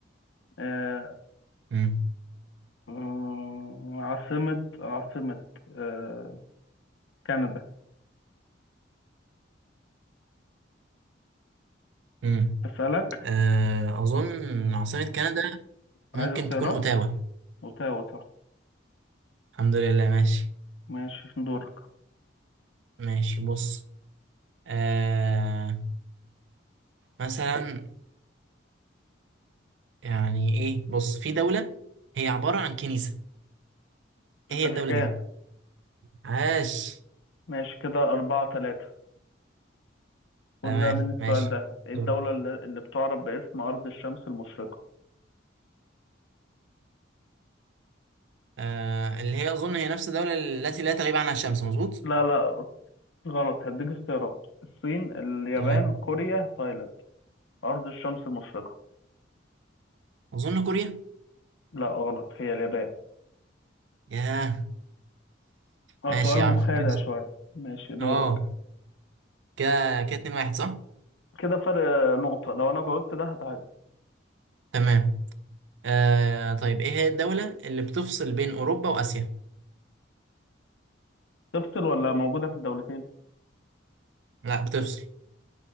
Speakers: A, on the left (about 70°); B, on the right (about 70°).
A: آه...
B: مم.
A: مم، عاصمة عاصمة آه... كندا
B: مم.
A: هسألك
B: آه... أظن عاصمة كندا
A: عايز
B: ممكن
A: اختيارات
B: تكون أوتاوا
A: أوتاوا صح
B: الحمد لله ماشي
A: ماشي دورك
B: ماشي بص آه... مثلا يعني ايه بص في دولة هي عبارة عن كنيسة
A: الفاتيكان
B: ايه هي الدولة دي عاش
A: ماشي كده أربعة تلاتة
B: تمام
A: خد بقى مني السؤال
B: ماشي
A: ده ايه الدولة
B: دور
A: اللي اللي بتعرف باسم أرض الشمس المشرقة
B: آه اللي هي اظن هي نفس الدولة التي لا تغيب عنها الشمس مظبوط
A: لا لا غلط هديك اختيارات الصين اليابان
B: تمام
A: كوريا تايلاند أرض الشمس المشرقة
B: اظن كوريا
A: لا غلط هي اليابان
B: ياه
A: اه
B: ماشي
A: سؤال
B: يا
A: مخادع
B: عم ماشي
A: شوية ماشي دورك
B: اه كده كده اتنين واحد صح
A: كده فرق آه، نقطة لو أنا جاوبت ده هتعادل
B: تمام آه طيب ايه هي الدولة اللي بتفصل بين اوروبا واسيا
A: تفصل ولا موجودة في الدولتين
B: لا بتفصل